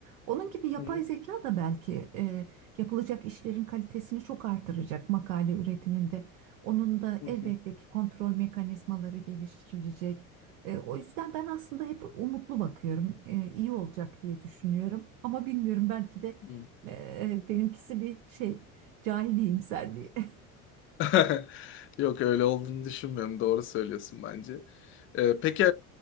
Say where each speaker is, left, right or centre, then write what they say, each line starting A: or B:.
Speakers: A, on the right; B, on the left.
A: Onun gibi yapay
B: hı
A: zeka da belki e, yapılacak işlerin kalitesini çok artıracak makale üretiminde. Onun da
B: hı
A: elbette ki kontrol mekanizmaları geliştirilecek. E, o yüzden ben aslında hep umutlu bakıyorum. E, iyi olacak diye düşünüyorum. Ama bilmiyorum belki de
B: hı.
A: e, e, benimkisi bir şey cahili imserliği. <laughs>
B: <laughs> Yok öyle olduğunu düşünmüyorum. Doğru söylüyorsun bence. Ee, peki